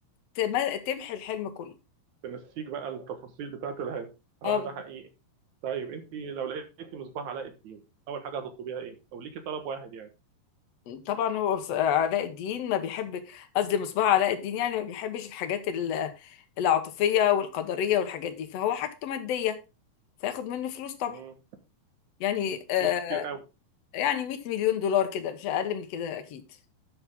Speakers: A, on the left (about 70°); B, on the right (about 60°).
A: تم... تمحي الحلم كله
B: تنسيك بقى التفاصيل بتاعة العلم اه
A: آه،
B: ده حقيقي طيب انت لو لقيتي مصباح علاء الدين اول حاجة هتطلبيها ايه او ليكي طلب واحد يعني
A: طبعا هو بص- علاء الدين ما بيحب قصدي مصباح علاء الدين يعني ما بيحبش الحاجات ال- العاطفيه والقدريه والحاجات دي فهو حاجته ماديه فياخد منه فلوس طبعا
B: مم.
A: يعني آه
B: فلوس كتير قوي
A: يعني 100 مليون دولار كده مش اقل من كده اكيد